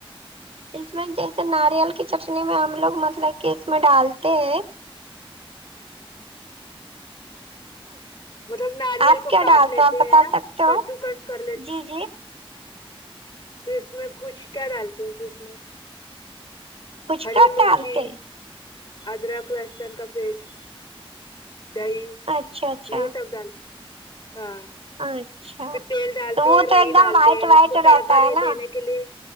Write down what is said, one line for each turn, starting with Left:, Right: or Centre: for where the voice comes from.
Right: اس میں جیسے ناریل کی چٹنی میں ہم لوگ مطلب کہ اس میں ڈالتے ہیں
Left: مطلب ناریل
Right: آپ
Left: کو
Right: کیا
Left: کاٹ
Right: ڈال
Left: لیتے
Right: تو ہو آپ بتا
Left: ہیں نا
Right: سکتے
Left: کدو
Right: ہو
Left: کس کر
Right: جی جی
Left: تو اس میں کچھ کیا ڈالتے ہو تو اس میں
Right: کچھ
Left: ہری
Right: کیا
Left: مرچی
Right: ڈالتے
Left: ادرک لہسن کا پیسٹ دہی
Right: اچھا اچھا
Left: یہ سب ڈال ہاں
Right: اچھا
Left: پھر تیل ڈالتے
Right: تو وہ
Left: ہیں
Right: تو
Left: رئی
Right: ایک دم
Left: ڈالتے
Right: وائٹ
Left: ہیں
Right: وائٹ
Left: اس کو تڑکا
Right: رہتا
Left: لے
Right: ہے نا
Left: دینے کے لیے